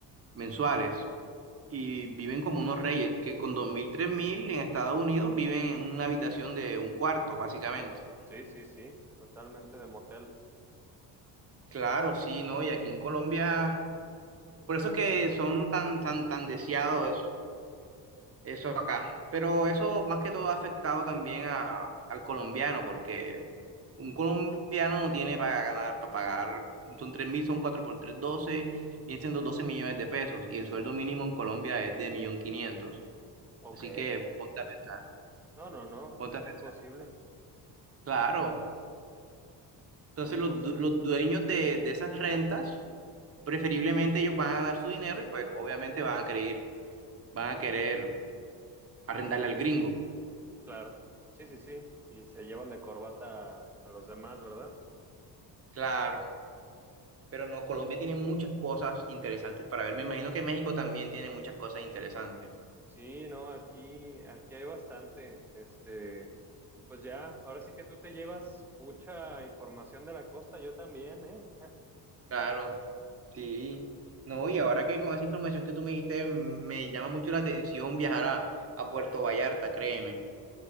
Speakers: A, on the right (about 35°); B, in the centre.
A: mensuales y viven como unos reyes, que con dos mil, tres mil en Estados Unidos viven en una habitación de un cuarto, básicamente.
B: Sí, sí, sí, totalmente de motel.
A: Claro, sí, ¿no? Y aquí en Colombia, por eso es que son tan, tan, tan deseados Eso acá. Pero eso más que todo ha afectado también a, al colombiano, porque un colombiano no tiene para ganar, para pagar, son 3 mil, son 4 por 3 12 vienen siendo 12 millones de pesos, y el sueldo mínimo en Colombia es de un millón quinientos
B: Ok,
A: Así que ponte, a pens-
B: no, no, no,
A: ponte
B: está
A: a pens-
B: imposible,
A: claro.
B: está
A: Entonces
B: imposible.
A: los, du- los dueños de, de esas rentas, preferiblemente ellos van a ganar su dinero y pues obviamente van a querer, van a querer arrendarle al gringo.
B: Claro, sí, sí, sí. Y se llevan de corbata a, a los demás, ¿verdad?
A: Claro. Pero no,
B: Está.
A: Colombia tiene muchas cosas interesantes para ver. Me imagino que México también tiene muchas cosas interesantes.
B: Sí, no, aquí, aquí hay bastante. Este, pues ya, ahora sí que tú te llevas mucha información de la costa, yo también, ¿eh? <laughs>
A: Claro, sí. No, y ahora que con esa información que tú me dijiste, m- me llama mucho la atención viajar a, a Puerto Vallarta, créeme.